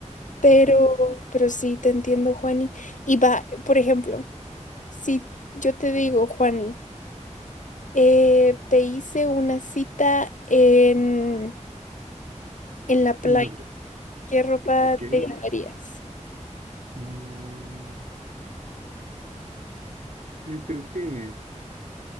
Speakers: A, on the left (about 80°); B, on the right (about 90°).
A: pero,
B: <laughs>
A: pero sí, te entiendo, Juani. Y va, por ejemplo, si yo te digo, Juani, eh, te hice una cita en, en la playa,
B: ¿En dónde?
A: ¿qué ropa
B: Ok.
A: te llevarías?
B: Mm, yo creo que,